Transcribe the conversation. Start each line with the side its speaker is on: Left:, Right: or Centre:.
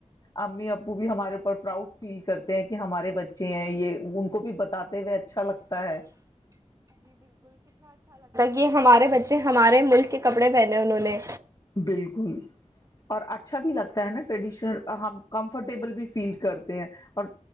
Left: امی ابو بھی ہمارے اوپر پراؤڈ فیل کرتے ہیں کہ ہمارے بچے ہیں یہ <inaudible> بھی بتا ے ہوئے اچھا لگتا ہے
Right: یہ ہمارے بچے ہمارے ملک کے کپڑے پہنے انہوں نے
Left: بالکل اور اچھا بھی لگتا ہے نا ٹریڈیشنل ہم کمفرٹیبل بھی فیل کرتے ہیں اور